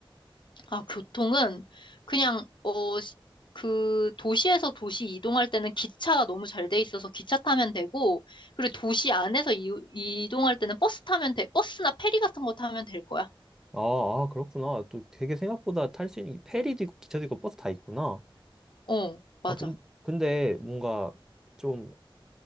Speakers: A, on the left; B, in the centre.
A: 아, 교통은 그냥 어, 시- 그 도시에서 도시 이동할 때는 기차가 너무 잘 돼 있어서 기차 타면 되고, 그리고 도시 안에서 이, 이동할 때는 버스 타면 돼. 버스나 페리 같은 거 타면 될 거야.
B: 아, 아, 그렇구나. 또 되게 생각보다 탈 수 있는 게 페리도 있고 기차도 있고 버스 다 있구나.
A: 어, 맞아.
B: 아, 근, 근데 뭔가 좀